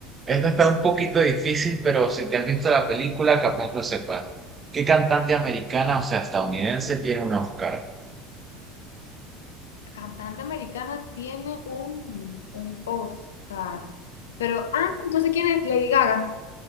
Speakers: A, on the right; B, on the left.
A: esta está un poquito difícil, pero si te has visto la película, capaz lo sepas. ¿Qué cantante americana, o sea, estadounidense, tiene un Oscar?
B: Cantante americana tiene un, un Oscar. Pero, ah, entonces, ¿quién es? Lady Gaga.